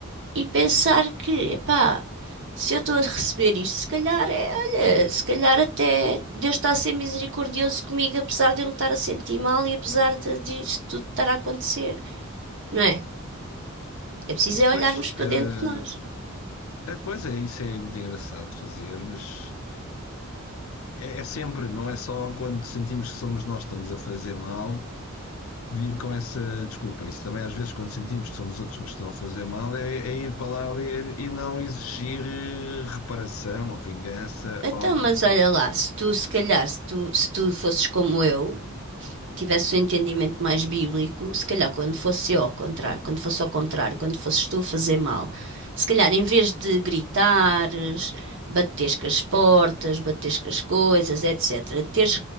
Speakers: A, on the right; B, on the left.
A: E pensar que, epá, se eu estou a receber isto, se calhar é, olha, se calhar até Deus está a ser misericordioso comigo, apesar de eu me estar a sentir mal e apesar de disto tudo estar a acontecer, não é? É preciso é olharmos
B: Pois,
A: para
B: eh,
A: dentro de nós.
B: é, pois é, isso é muito engraçado de fazer, mas é, é sempre, não é só quando sentimos que somos nós que estamos a fazer mal vir com essa desculpa. Isso também, às vezes, quando sentimos que são os outros que nos estão a fazer mal, é, é ir para lá ler e não exigir eh, reparação ou vingança
A: Então,
B: ou o
A: mas
B: que for.
A: olha lá, se tu, se calhar, se tu, se tu fosses como eu, tivesse o entendimento mais bíblico, se calhar quando fosse eu ao contrário, quando fosse ao contrário, quando fosses tu a fazer mal, se calhar em vez de gritar bateres com as portas, bateres com as coisas, etc. Teres